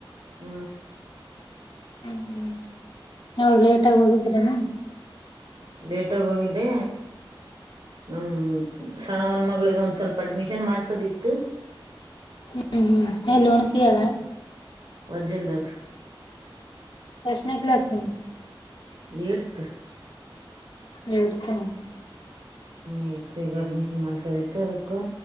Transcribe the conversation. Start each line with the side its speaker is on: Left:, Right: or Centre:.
Right: ಹ್ಮ
Left: ಹ್ಮ್ ನಾವಾಗ ಲೇಟ್ ಆಗ ಹೋಗಿದ್ರೆನಾ
Right: ಲೇಟಗ ಹೋಗಿದ್ದೆ ನಮ್ಮ ಸಣವನ್ ಮಿದ ಒಂದ್ ಸ್ವಲ್ಪ ಅಡ್ಮಿಷನ್ ಏನ್ ಮಾಡ್ಸೋದಿತ್ತು
Left: ಹ್ಮ್ ಹ್ಮ್ ಎಲ್ಲೋಣಸಿಯಾಗ
Right: ಅಜಲಕ್
Left: ಯೇಶನೆ ಕಲಾಸು
Right: ಯೇಡತ್
Left: ಯೇಡತ
Right: ಏತ್ ಅಡ್ಮಿಷನ್ ಮಾಡ್ಸೋದ ಇತ್ತು ಅದಕ್ಕೂ